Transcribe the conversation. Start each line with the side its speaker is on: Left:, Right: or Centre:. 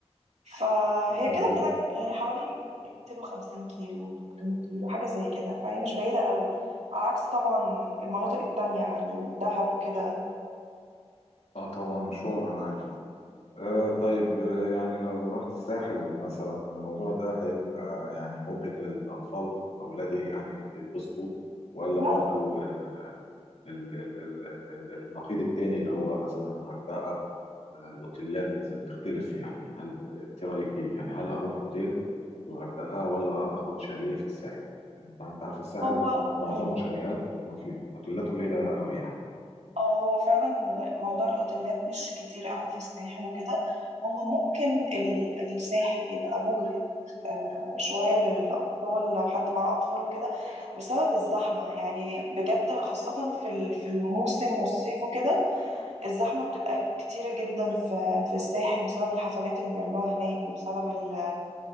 Right: فهي
Left: مظبوط
Right: كده كده يعني حوالي 250 كيلو 300 كيلو حاجة زي كده فهي مش بعيدة قوي على عكس طبعا المناطق التانية الدهب وكده
Left: اه طبعا مشوار انا عارف آه طيب آه، يعني لو رحت الساحل مثلا الموضوع ده هيبقى يعني مبهج للاطفال اولادي يعني هيتبسطوا ولا
Right: لا
Left: برضو ال- ال- ال- ال- ال- النقيض التاني اللي هو مثلا الغردقة آه، الأوتيلات بتختلف يعني هل أنت رأيك إيه؟ يعني هل أروح أوتيل في الغردقة ولا آخد شاليه في الساحل؟ لأن طبعا أنت عارفة الساحل
Right: هو
Left: معظمه
Right: مم.
Left: شاليهات ما فيه أوتيلات قليلة قوي يعني
Right: اه هو فعلا موضوع الاوتيلات مش كتير قوي في الساحل وكده هو ممكن ال- الساحل يبقى مجهد آه، شوية للأطفال لو حد معاه أطفال وكده بسبب الزحمة يعني بجد خاصة في ال- في الموسم والصيف وكده الزحمة بتبقى كتيرة جدا في في الساحل بسبب الحفلات اللي بيعملوها هناك وبسبب ال